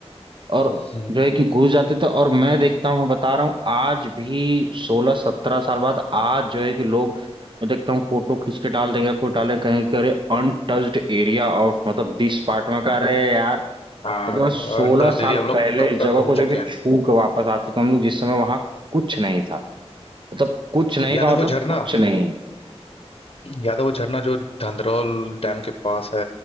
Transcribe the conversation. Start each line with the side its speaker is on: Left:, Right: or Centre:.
Right: और
Left: हम्म हम्म।
Right: जो है कि घुस जाते थे और मैं देखता हूँ मैं बता रहा हूँ आज भी सोलह सत्रह साल बाद आज जो है कि लोग मैं देखता हूँ फोटो खींच के डाल देंगे कोई डालेंगे कहेंगे कि अरे अनटच्ड एरिया ऑफ मतलब दिस पार्ट में का अरे यार
Left: हाँ
Right: क्योंकि
Left: और
Right: मैं सोलह साल
Left: एरिया हम लोग
Right: पहले
Left: कब
Right: इस
Left: का
Right: जगह
Left: घूम
Right: को जाके
Left: चुके हैं
Right: छू के वापस आ चुका हूं। हम लोग जिस समय वहां कुछ नहीं था मतलब कुछ नहीं
Left: याद
Right: का
Left: है
Right: मतलब
Left: वो झरना
Right: कुछ नहीं
Left: याद है वो झरना जो धंधरौल डैम के पास है